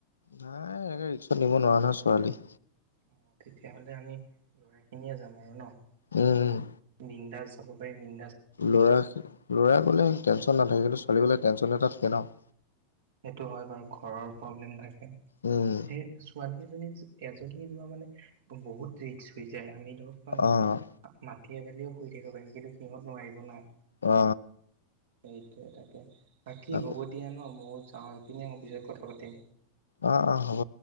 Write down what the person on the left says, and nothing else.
নাই এনেকে ৰিক্সত নিব নোৱাৰা নহয় ছোৱালী।
উম উম।
ল'ৰা ল'ৰা গ'লে টেনশ্যন নাথাকে কিন্তু ছোৱালী গোলে টেনশ্যন এটা থাকে ন'!
উম,
অ',
অ অ।
অ',
অ -অ হ'ব।